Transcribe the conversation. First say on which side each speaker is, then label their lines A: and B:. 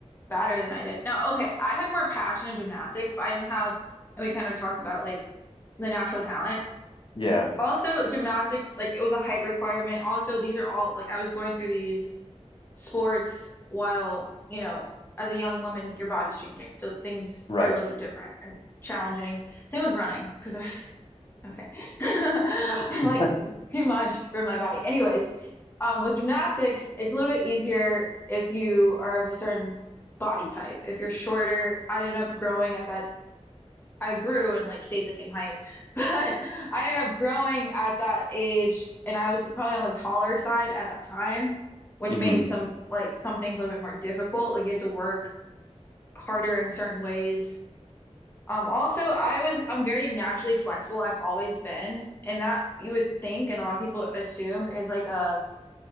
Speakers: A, on the left; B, on the left.
A: better than I did. Now, okay, I had more passion in gymnastics, but I didn't have, and we kind of talked about like the natural talent.
B: Yeah,
A: Also, gymnastics, like it was a height requirement. Also, these are all like I was going through these sports while, you know, as a young woman, your body's changing. So things
B: right.
A: are a little bit different and challenging. Same with running, because I was, okay. <laughs> I'm
B: <laughs>
A: like, it's too much for my body. Anyways, um, with gymnastics, it's a little bit easier if you are of a certain body type. If you're shorter, I ended up growing at that I grew and like stayed the same height, <laughs> but I ended up growing at that age, and I was probably on the taller side at that time, which
B: Mm-hmm.
A: made some like some things a little bit more difficult. Like you had to work harder in certain ways. Um, also, I was I'm very naturally flexible. I've always been, and that you would think, and a lot of people assume is like a